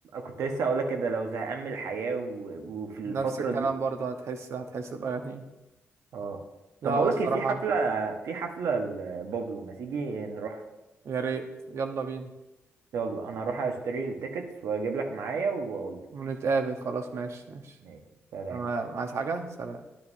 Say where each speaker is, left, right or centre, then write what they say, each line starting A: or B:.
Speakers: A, on the right (about 85°); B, on the right (about 70°).
A: كنت لسه هقولك كده لو زهقان من الحياه و... وفي الفتره
B: نفس الكلام
A: دي
B: برضه هتحس هتحس بأغاني
A: اه
B: لا
A: طب
B: هو
A: بقول
B: الصراحة
A: لك إيه، في حفلة في حفلة لبابلو ما تيجي نروح
B: يا ريت يلا بينا
A: يلا انا هروح اشتري التيكتس واجيب لك معايا واقول لك
B: ونتقابل خلاص ماشي ماشي
A: ماشي سلام
B: تمام عايز حاجة سلام